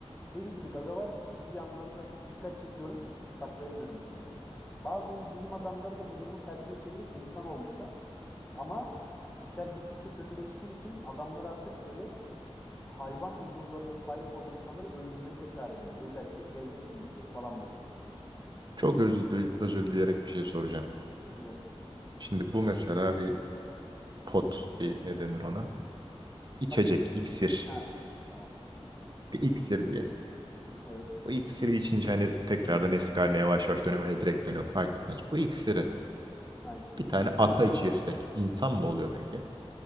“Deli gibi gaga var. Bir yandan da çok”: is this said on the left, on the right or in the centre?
Left